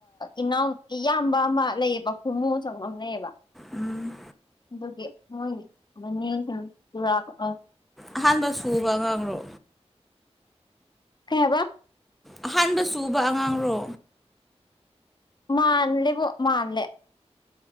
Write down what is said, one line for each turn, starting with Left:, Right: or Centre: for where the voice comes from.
Left: ꯏꯅꯥꯎ ꯏꯌꯥꯝꯕ ꯑꯃ ꯂꯩꯌꯦꯕ ꯈꯨꯃꯨ ꯑ ꯆꯪꯉ ꯑꯃ ꯂꯩꯌꯦꯕ
Centre: ꯎꯝ
Left: ꯑꯗꯨꯒꯤ ꯃꯣꯏꯒꯤ ꯃꯅꯦꯨꯔ ꯑ
Centre: ꯑꯍꯥꯟꯕ ꯁꯨꯕ ꯉꯝ꯭ꯔꯣ
Left: ꯀꯩꯕ
Centre: ꯑꯍꯥꯟꯕ ꯁꯨꯕ ꯑꯉꯥꯡꯔꯣ
Left: ꯃꯥꯥꯟꯂꯦ ꯃꯥꯥꯟꯂꯦ